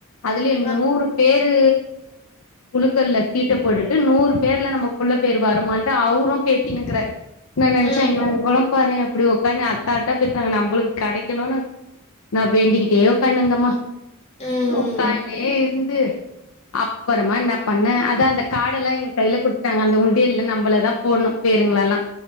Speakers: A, on the left; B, on the left.
A: அதுலியு
B: அ
A: நூறு பேரு குழுக்கள்ல சீட்ட போட்டுட்டு நூறு பேர்ல நம்ப புள்ள பேர் வருமான்ட்டு அவரு பேசினுக்கிறாரு நா நெனச்ச
B: ம்
A: ஐயோ இவங்கள்லா பார எப்டி உக்காந்துனு அசால்ட்டா பேசுறாங்க நம்பளுக்கு கெடைக்கணுன்னு நா வேண்டிக்கிட்டே உக்கானுருந்தம்மா
B: ம்
A: உக்கான்னே
B: ம்
A: இருந்து அப்பறமா என்ன பண்ண அதூ அந்த கார்டெல்லா எங்க கையில குடுத்துட்டாங்க அந்த உண்டியல்ல நம்பளதா போட்ணு பேர் எங்களெல்லா